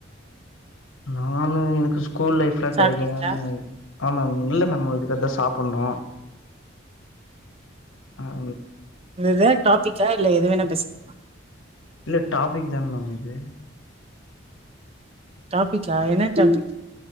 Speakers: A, on the left; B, on the right.
A: நானு எனக்கு ஸ் கூல் லைஃப்லா
B: சாப்ட்டீங்களா
A: கெடைக்காதான்னு ஆமாங் இல்ல மேம் இதுக்கு அது <unintelligible> பண்ணோ ஆ
B: இது இது டாபிக்கா இல்ல எது வேண்ணா பேசிக்கலாமா
A: இல்ல டாபிக்தா மேம் இது
B: டாபிக்கா என்ன டாபிக்